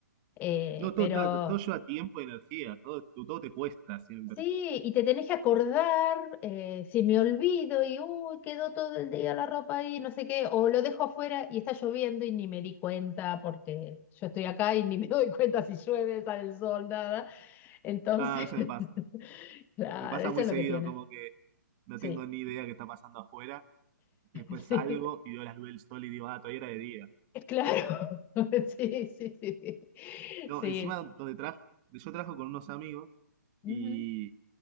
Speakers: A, on the left; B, on the right.
A: eh,
B: No, todo,
A: pero
B: ta- todo lleva tiempo y energía, todo, todo te cuesta siempre.
A: Sí, y te tenés que acordar, eh, si me olvido y uy, quedó todo el día la ropa ahí, no sé qué, o lo dejo afuera y está lloviendo y ni me di cuenta porque yo estoy acá y ni me <laughs> doy cuenta si llueve, sale el sol, nada. Entonces,
B: Ah, a veces
A: <laughs>
B: me pasa.
A: claro,
B: Me pasa
A: eso
B: muy
A: es
B: seguido,
A: lo que tiene.
B: como que no
A: Sí,
B: tengo ni idea qué está pasando afuera. Después
A: <laughs>
B: salgo
A: sí,
B: y veo las luces del sol y digo, ah, todavía era de día.
A: claro. <laughs> Sí, sí, sí.
B: No,
A: Sí.
B: encima donde trajo, yo trabajo con unos amigos
A: Ujú,
B: y,